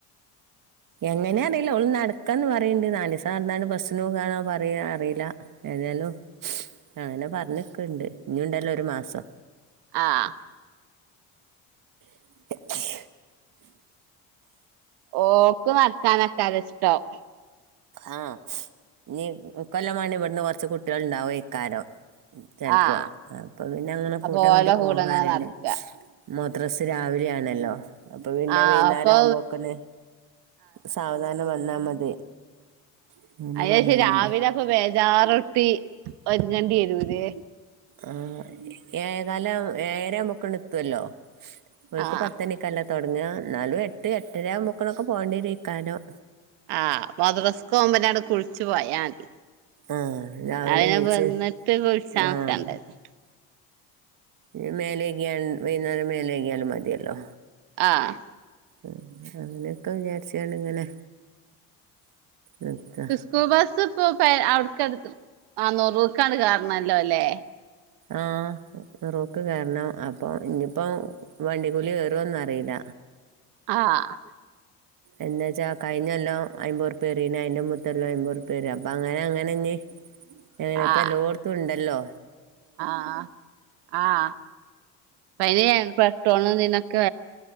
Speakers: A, on the right; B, on the right.
A: എങ്ങനെ അറീല്ല. ഓള് നട്ക്കംന്ന് പറിണ്ട് നാലീസ് നട്ന്നാണ്ട് ബസ്സിന് പോകാണോ പറയ അറീല്ല. ഏത്യാലും അങ്ങനെ പർഞ്ക്ക്ണ്ട്, ഇഞ്ഞൂണ്ടല്ലോ ഒരു മാസം.
B: ആഹ്
A: <inaudible>
B: ഓക്ക് നടക്കാനേക്കര ഇഷ്ടം.
A: ആഹ് ഇഞ്ഞ് ഇക്കൊല്ലം മാണേ ഇവട്ന്ന് കൊർച്ച് കുട്ട്യേൾ ഇണ്ടാവ്വേക്കാരം. ചെൽപ്പോം
B: ആഹ്
A: അപ്പൊ പിന്നെ അങ്ങനെ
B: അപ്പൊ
A: കൂട്ടം
B: ഓലെ
A: കെട്ടി
B: കൂടെങ്ങനെ
A: പോകാറിണ്ട്.
B: നടക്കാ
A: മദ്രസ് രാവിലേണല്ലോ. അപ്പൊ പിന്നെ
B: ആഹ്
A: വൈന്നാരാവുമ്പോക്കൊന്ന്
B: അപ്പൊ
A: സാവധാനം വന്നാ മതി. ഉം അങ്ങനെ
B: അഹ് വിചാര്ച്ച്
A: പറഞ്ഞുകാണ്ട്
B: രാവിലെ അപ്പം ബേജാറൊട്ടി ഒര്ങ്ങണ്ടി വരൂല്ലേ.
A: ആഹ് ഏതാലും ഏഴരാവുമ്പോക്കും ണ്ട് എത്തുവല്ലോ ഓൽക്ക്
B: ആഹ്
A: പത്തണി ക്കല്ലെ തൊട്ങ്ങാ. ഇന്നാലും എട്ട് എട്ടര ആകുമ്പോക്കണൊക്കെ പോകണ്ട്യേരേക്കാരം.
B: ആഹ് മദ്രസ്കോവുമ്പന്നാണ് കുള്ച്ചു പോയ മതി.
A: ആഹ് രാവിലെ
B: ന്നാ പിന്നെ
A: നീച്ച്
B: വന്നിട്ട് കുളിച്ചാ
A: ആഹ്
B: നിക്കണ്ടല്ലോ
A: ഇല്ലെ മേലക്യാൺ വൈന്നേരം മേലക്യാലും മതിയല്ലോ.
B: ആഹ്
A: ആഹ് അങ്ങന്യൊക്കെ വിചാരിച്ചാണ്ട്ങ്ങനെ നിക്കാ.
B: സ്കൂ ബസ് ഇപ്പോ പെ അവ്ട്ക്കാണ്ട് ആഹ് നെറൂക്കാണ്ട് കേറ്ണല്ലോല്ലേ.
A: ആഹ് നെറൂക്ക് കേറണം അപ്പം ഇനി പ്പം വണ്ടി കൂലി ഏറോന്നറീല്ല.
B: ആഹ്
A: എന്ന് വച്ചാ കഴിഞ്ഞൊല്ലോം അയ്മ്പതുർപ്യേ ഏറീണ് അയ്ന്റെ മുമ്പത്തൊല്ലും അയ്മ്പത് ഉർപ്യ ഏറി അപ്പ അങ്ങനെ അങ്ങനെഞ് ഏഹ് ഇപ്പ
B: ആഹ്
A: എല്ലോട്ത്തും ണ്ടല്ലോ
B: ആഹ് ആഹ് പനി പട്ടോന്ന് നിന്നൊക്കെ